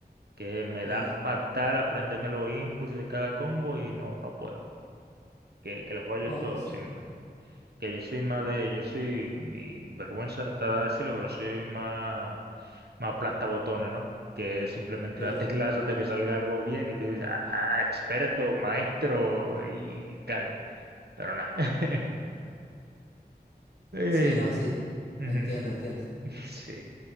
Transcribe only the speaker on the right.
que me
da fatal aprenderme los inputs de cada combo y no, no puedo. Que, que los fallo
es todo
siempre. Que yo soy más de, yo soy, mi vergüenza está de decirlo, pero soy más, más aplastabotones, ¿no? Que es simplemente
la teclas hasta que salga algo bien y tú dices, ah, experto, maestro y tal. Pero nada. <laughs> Eh,
ujú.
Sí.